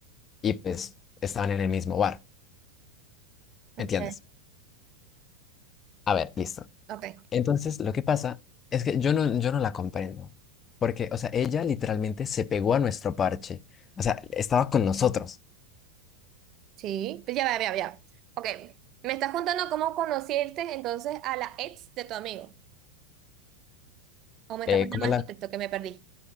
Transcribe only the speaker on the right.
Ok,
ok.
Sí, pues ya, ya, ya, ya. Ok, me estás contando cómo conociste entonces a la ex de tu amigo. O me estás
poniendo
más
contexto que me perdí.